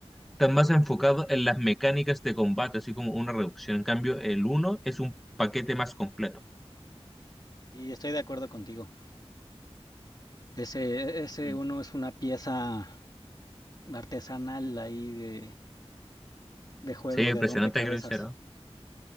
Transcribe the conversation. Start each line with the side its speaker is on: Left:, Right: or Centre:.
Centre: están más enfocados en las mecánicas de combate, así como una reducción. En cambio, el uno es un paquete más completo.
Left: Sí, estoy de acuerdo contigo. Ese, ese
Centre: Mm.
Left: uno es una pieza artesanal ahí de, de juego,
Centre: Sí, impresionante
Left: de rompecabezas.
Centre: creo que lo hicieron.